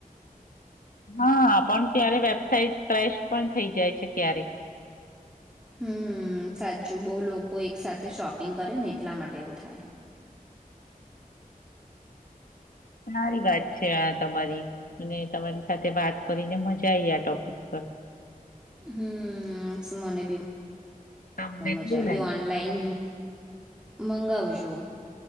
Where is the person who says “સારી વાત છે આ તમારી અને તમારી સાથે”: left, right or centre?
Left